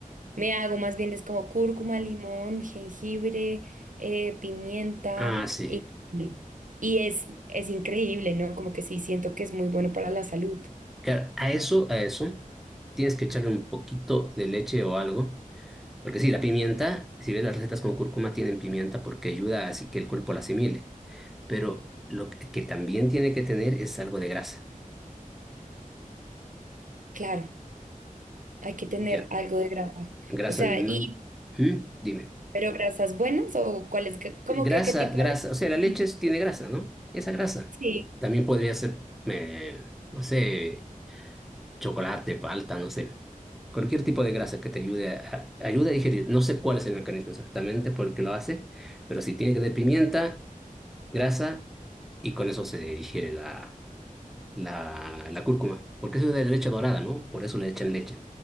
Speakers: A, on the right; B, in the centre.
A: me hago más bien es como cúrcuma, limón, jengibre, eh, pimienta
B: Ah, sí.
A: y, Sí. y es, es increíble, ¿no? Como que sí siento que es muy bueno para la salud.
B: Claro, a eso, a eso, tienes que echarle un poquito de leche o algo. Porque sí, la pimienta, si ves las recetas con cúrcuma, tienen pimienta porque ayuda a así que el cuerpo la asimile. Pero lo que que también tiene que tener es algo de grasa.
A: Claro, hay que tener
B: Ya.
A: algo de grasa.
B: Grasa
A: O sea,
B: animal.
A: y,
B: ¿Mm? Dime.
A: ¿pero grasas buenas o cuáles, que- como
B: Grasa,
A: que qué tipo
B: grasa,
A: de
B: o sea, la
A: grasa?
B: leche
A: <laughs>
B: es- tiene grasa, ¿no? Esa grasa.
A: Sí.
B: También podría ser, eh, no sé, chocolate, palta, no sé. Cualquier tipo de grasa que te ayude a, a- ayude a digerir. No sé cuál es el mecanismo exactamente por qué lo hace, pero sí tiene que tener pimienta, grasa, y con eso se digiere la, la, la cúrcuma. Porque eso es de leche dorada, ¿no? Por eso le echan leche,